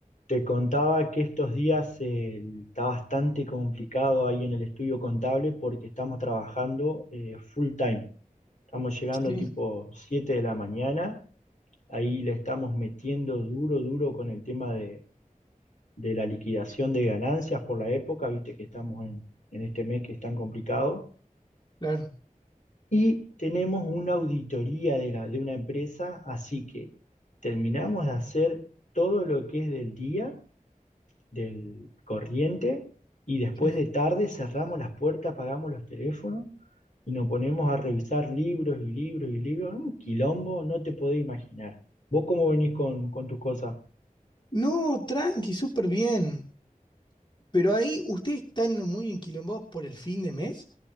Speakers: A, on the left (about 60°); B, on the left (about 35°).
A: Te contaba que estos días eh, está bastante complicado ahí en el estudio contable porque estamos trabajando eh, full time. Estamos llegando
B: Sí,
A: tipo 7 de la mañana, ahí le estamos metiendo duro, duro con el tema de, de la liquidación de ganancias por la época, viste que estamos en, en este mes que es tan complicado.
B: claro,
A: Y tenemos una auditoría de, la, de una empresa, así que terminamos de hacer todo lo que es del día del corriente y después
B: sí.
A: de tarde cerramos las puertas, apagamos los teléfonos y nos ponemos a revisar libros y libros y libros. Un quilombo, no te podés imaginar. ¿Vos cómo venís con, con tus cosas?
B: No, tranqui, súper bien. Pero ahí, ¿ustedes están muy enquilombados por el fin de mes?